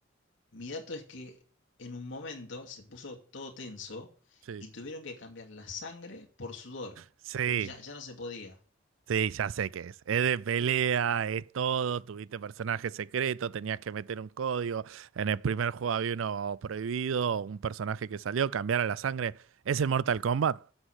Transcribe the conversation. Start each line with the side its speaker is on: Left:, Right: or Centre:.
Left: Mi dato es que en un momento se puso todo tenso
Right: Sí.
Left: y tuvieron que cambiar la sangre por sudor,
Right: Sí,
Left: porque ya, ya no se podía.
Right: sí, ya sé qué es. Es de pelea, es todo. Tuviste personajes secretos, tenías que meter un código. En el primer juego había uno prohibido, un personaje que salió, cambiar a la sangre. ¿Es el Mortal Kombat?